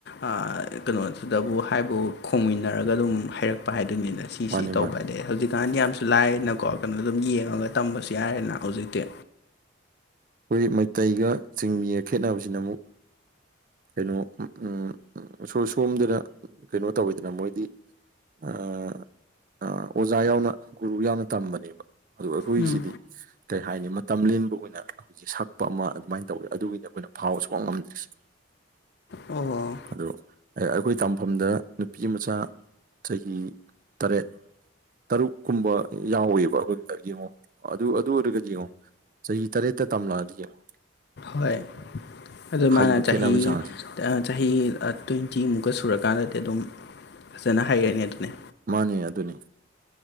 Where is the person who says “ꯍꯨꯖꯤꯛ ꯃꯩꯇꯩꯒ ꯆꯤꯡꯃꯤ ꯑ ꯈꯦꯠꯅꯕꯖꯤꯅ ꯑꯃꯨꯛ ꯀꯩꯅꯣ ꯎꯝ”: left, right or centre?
Right